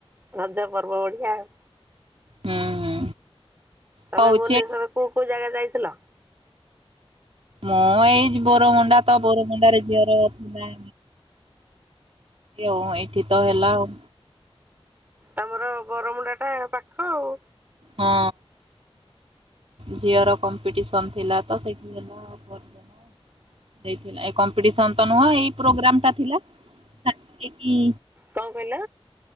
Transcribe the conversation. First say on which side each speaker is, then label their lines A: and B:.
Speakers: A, on the right; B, on the right.
A: ରଜ ପର୍ବ ବଢିଆ ଆଉ।
B: ହୁଁ ହୁଁ
A: ତମେ
B: ହଉଛି
A: ଭୁବନେଶ୍ୱରରେ କୋଉ କୋଉ ଜାଗା ଯାଇଛ? ଥିଲା
B: ମୁଁ ଏଇ ବରମୁଣ୍ଡା ତ ବରମୁଣ୍ଡାରେ ଝିଅର ଥିଲା ଆଉ ଏଇଠି ତ ହେଲା ଆଉ।
A: ଆମର ବରମୁଣ୍ଡା ଟା ପା ହଉ
B: ହଁ। ଝିଅର କମ୍ପିଟିସନ ଥିଲା ତ ସେଠି ହେଲାଥିଲା ଏ ତ। ନୁହଁ ଏଇ ପ୍ରୋଗ୍ରାମ ଟା ଥିଲା। ସାଙ୍ଗହେଇକି
A: କଣ କହିଲ